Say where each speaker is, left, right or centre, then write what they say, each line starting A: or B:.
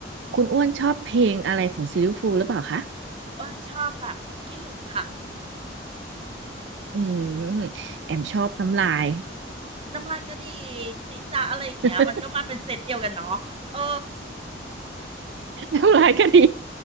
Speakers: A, on the right (about 70°); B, on the right (about 30°).
A: คุณอ้วนชอบเพลงอะไรของซิลลิฟูลหรือเปล่าคะ
B: อ้วนชอบแบบขี้หึงค่ะ
A: อืมแอมชอบน้ำลาย
B: น้ำลายก็ดีจีจ้าอะไรอย่างเงี้ยมันก็มาเป็นเซตเดียวกันเนาะเออ
A: <laughs> น้ำลายก็ดี